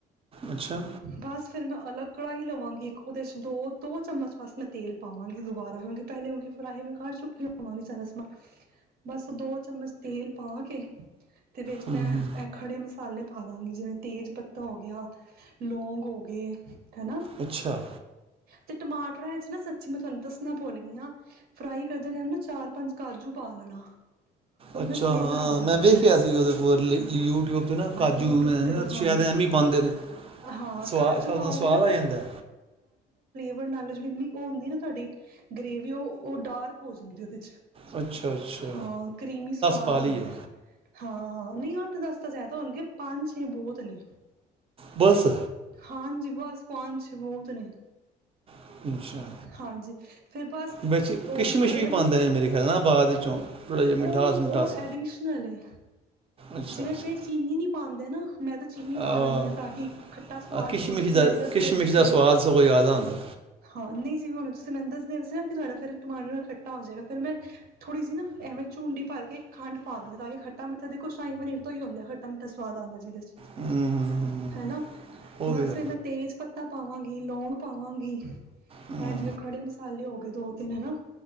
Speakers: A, on the right; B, on the right.
A: ਅੱਛਾ
B: ਬਸ ਫਿਰ ਮੈਂ ਅਲੱਗ ਕੜਾਹੀ ਲਵਾਂਗੀ ਇੱਕ ਉਹਦੇ ਚ ਦੋ ਦੋ ਚਮਚ ਬਸ ਮੈਂ ਤੇਲ ਪਾਵਾਂਗੀ ਦੁਬਾਰਾ ਕਿਉਂਕਿ ਪਹਿਲੇ ਕਿਉਂਕਿ ਫਰਾਈ ਮੈਂ ਕੱਢ ਚੁੱਕੀ ਹੋਵਾਂਗੀ ਸਾਰਾ ਸਮਾਨ ਬਸ ਦੋ ਚਮਚ ਤੇਲ ਪਾ ਕੇ ਤੇ ਵਿੱਚ
A: ਹੂੰ
B: ਮੈਂ
A: ਹੂੰ
B: ਇਹ ਖੜੇ ਮਸਾਲੇ ਪਾ ਦਾਂਗੀ ਜਿਵੇਂ ਤੇਜ਼ ਪੱਤਾ ਹੋ ਗਿਆ ਲੌਂਗ ਹੋ ਗਏ ਹਨਾ
A: ਅੱਛਾ
B: ਤੇ ਟਮਾਟਰਾਂ ਵਿੱਚ ਨਾ ਸੱਚੀ ਮੈਂ ਤੁਹਾਨੂੰ ਦੱਸਣਾ ਭੁੱਲ ਗੀ ਆਂ ਫਰਾਈ ਕਰਦਾ ਰਹਾ ਨਾ ਚਾਰ ਪੰਜ ਕਾਜੂ ਪਾ ਲੈਣਾ ਉਹ
A: ਅੱਛਾ
B: ਨਾਲ ਫਲੇਵਰ
A: ਹਾਂ
B: ਆ ਜਾਂਦੈ
A: ਮੈਂ ਵੇਖਿਆ ਸੀ ਉਹਦ ਯੂਟਿਊਬ 'ਤੇ ਨਾ ਕਾਜੂ
B: ਯੂਟਿਊਬ
A: ਨਾ
B: ਤੇ ਵਿਖਾਉਂਦੇ
A: ਸ਼ਾਇਦ ਐਵੇ
B: ਨੇ
A: ਹੀ ਪਾਂਦੇ ਨੇ
B: ਹਾਂ
A: ਸੁਆ
B: ਕਾਜੂ
A: ਉਹਦੇ
B: ਪਾਓਗੇ
A: ਨਾਲ ਸੁਆਦ ਆ ਜਾਂਦਾ
B: ਨਾਲੋਂ ਜਿਹੜੀ ਮ ਉਹ ਹੁੰਦੀ ਨਾ ਤੁਹਾਡੀ ਗ੍ਰੇਵੀ ਉਹ ਡਾਰਕ ਹੋ ਜਾਂਦੀ ਦੇ
A: ਅੱਛਾ ਅੱਛਾ
B: ਹਾਂ ਕਰੀਮੀ ਸਵਾਦ
A: ਪਾ
B: ਆਂਦਾ
A: ਲਈਏ
B: ਹਾਂ ਹਾਂ ਨਹੀਂ ਅੱਠ ਦਸ ਤਾਂ ਜ਼ਾਦਾ ਹੋਣਗੇ ਪੰਜ ਛੇ ਬਹੁਤ ਨੇ
A: ਬਸ
B: ਹਾਂਜੀ ਬਸ ਪੰਜ ਛੇ ਬਹੁਤ ਨੇ
A: ਅੱਛਾ
B: ਹਾਂਜੀ ਫਿਰ ਬਸ
A: ਵਿੱਚ
B: ਉਹ
A: ਕਿਸ਼ਮਿਸ਼
B: ਖੜੇ
A: ਵੀ
B: ਮਸਾ
A: ਪਾਉਂਦੇ ਨੇ ਮੇਰੇ ਖਿਆਲ ਨਾਲ ਬਾਅਦ ਵਿੱਚੋਂ ਥੋੜਾ ਜਿਹਾ ਮਿਠਾਸ
B: ਉਹ
A: ਮਿਠਾਸ
B: ਉਹ ਐਡੀਸ਼ਨਲ ਏ
A: ਅੱਛਾ
B: ਜਿਵੇਂ
A: ਅੱਛਾ
B: ਕਈ ਚੀਨੀ ਨੀ ਪਾ ਆਂਦੇ ਨਾ ਮੈਂ ਤਾਂ ਚੀਨੀ
A: ਆ,
B: ਪਾ ਲੈਂਦੀ ਹਾਂ ਤਾਂ ਕਿ ਖੱਟਾ ਸੁਵਾਦ
A: ਆ ਕਿਸ਼ਮਿਸ਼
B: ਹੁਣ ਤੁਸੀਂ
A: ਦਾ
B: ਮੈਨੂੰ ਦੱਸਦੇ
A: ਕਿਸ਼ਮਿਸ਼
B: ਪਏ ਸੀ
A: ਦਾ ਸਵਾਦ ਸਗੋਂ ਯਾਦ ਆਉਂਦਾ
B: ਹਾਂ ਨਹੀਂ ਜੀ ਹੁਣ ਤੁਸੀਂ ਮੈਨੂੰ ਦ ਨਾ ਤੁਹਾਡਾ ਫਿਰ ਟੈਮ ਨਾਲ ਖੱਟਾ ਹੋ ਜਾਵੇਗਾ ਫਿਰ ਮੈਂ ਥੋੜ੍ਹੀ ਜਿ ਨਾ ਐਵੇਂ ਝੁੰਡੀ ਭਰ ਕੇ ਖੰਡ ਪਾ ਦਿੰਦਾ ਤਾਂ ਕਿ ਖੱ ਖੱਟਾ ਮਠਾ ਦੇਖ ਸ਼ਾਹੀ ਪਨੀਰ ਤੋਂ ਹੀ ਹੁੰਦਾ ਖੱਟਾ ਮਿੱਠਾ ਸਵਾਦ ਆਦਾ ਜਿਹਦੇ ਚ
A: ਹੂੰ, ਹੂੰ, ਹੂੰ, ਹੂੰ।
B: ਹਨਾ
A: ਹੋ
B: ਬਸ
A: ਗਿਆ
B: ਫਿਰ ਮੈਂ ਤੇਜ਼ ਪੱਤਾ ਪਾਵਾਂਗੀ ਲੋਂਂਗ ਪਾਵਾਂਗੀ ਇਹ
A: ਹੂੰ,
B: ਜਿਵੇਂ ਖੜੇ ਮਸਾਲੇ ਹੋ ਗਏ ਦੋ ਤਿੰਨ ਹਨਾ